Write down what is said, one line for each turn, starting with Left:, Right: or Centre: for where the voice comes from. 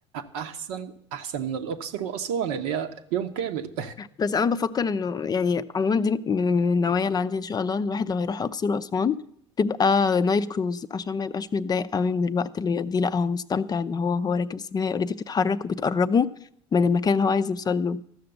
Right: أحسن أحسن من الأقصر وأسوان اللي هي يوم كامل
Left: بس أنا بفكر إنه يعني عموما دي من من النوايا اللي عندي إن شاء الله الواحد لما يروح أقصر وأسوان تبقى نايل كروز عشان ما يبقاش متضايق قوي من الوقت اللي يقضيه لا هو مستمتع ان هو هو راكب السفينه هي اوريدي بتتحرك وبتقربه من المكان اللي هو عايز يوصل له